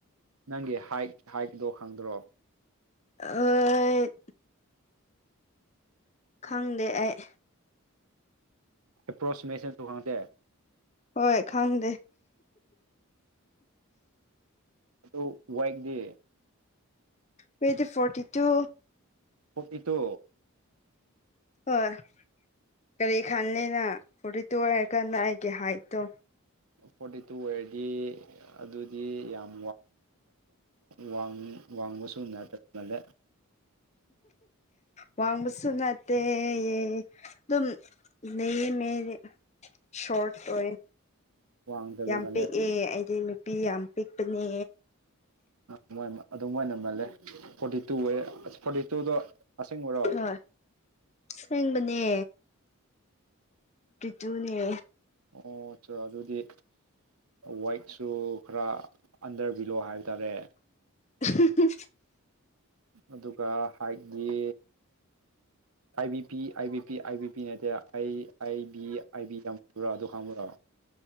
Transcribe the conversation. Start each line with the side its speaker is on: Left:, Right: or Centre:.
Right: ꯅꯪꯒꯤ ꯍꯥꯏꯠ ꯍꯥꯏꯠꯗꯣ ꯈꯪꯗ꯭ꯔꯣ
Left: ꯑ ꯈꯪꯗꯦ ꯑꯩ
Right: ꯑꯦꯄ꯭ꯔꯣꯁꯤꯃꯦꯁꯟꯁꯨ ꯈꯥꯡꯇꯦ
Left: ꯍꯣꯏ ꯈꯪꯗꯦ
Right: ꯗꯣ ꯋꯥꯏꯠ ꯗꯤ
Left: ꯋꯦꯠꯗꯤ ꯐꯣꯔꯇꯤ ꯇꯨ
Right: ꯐꯣꯔꯇꯤꯇꯨ
Left: ꯍꯣꯢ ꯀꯔꯤ ꯈꯜꯂꯤꯅ ꯐꯣꯔꯇꯤ ꯇꯨ ꯑꯣꯏꯔꯀꯥꯟꯗ ꯑꯩꯒꯤ ꯍꯥꯏꯠꯇꯣ
Right: ꯐꯣꯔꯇꯤ ꯇꯨ ꯑꯣꯏꯔꯗꯤ ꯑꯗꯨꯗꯤ ꯌꯥꯝ ꯋꯥꯡ ꯋꯥꯡꯕꯁꯨ ꯅꯠꯇ ꯃꯥꯜꯂꯦ
Left: ꯋꯥꯡꯕꯁꯨ ꯅꯠꯇꯦ ꯌꯦ ꯑꯗꯨꯝ ꯅꯦꯝꯃꯦ ꯑꯩꯗꯤ ꯁꯣꯔꯠ ꯑꯣꯢꯌꯦ
Right: ꯋꯥꯡꯗꯕ
Left: ꯌꯥꯝ
Right: ꯃꯥꯜꯂꯦ
Left: ꯄꯤꯛ ꯑꯦ ꯑꯩꯗꯤ ꯅꯨꯄꯤ ꯌꯥꯝ ꯄꯤꯛꯄꯅꯦ
Right: ꯑꯗꯨꯃꯥꯢ ꯑꯗꯨ ꯃꯥꯏ ꯃꯥꯜꯂꯦ ꯐꯣꯔꯇꯤ ꯇꯨ ꯑꯣꯢꯌꯦ ꯑꯁ ꯐꯣꯔꯇꯤ ꯇꯨꯗꯣ ꯑꯁꯦꯡꯕꯔꯣ
Left: ꯍꯣꯏ ꯁꯦꯡꯕꯅꯦ ꯄꯤꯛ ꯇ꯭ꯔꯨꯅꯦ
Right: ꯑꯣꯆꯥ ꯑꯗꯨꯗꯤ ꯋꯥꯏꯛꯁꯨ ꯈꯔ ꯑꯟꯗꯔ ꯕꯤꯂꯣ ꯍꯥꯏꯕ ꯇꯥꯔꯦ
Left: ꯎ
Right: ꯑꯗꯨꯒ ꯍꯥꯏꯠꯒꯤ I B P I B P I B P ꯅꯠꯇꯦ ꯑꯩ ꯑꯥꯏ ꯕꯤ ꯑꯥꯏ ꯕꯤ ꯇꯞꯄꯔꯥ ꯑꯗꯨ ꯈꯪꯕ꯭ꯔꯥ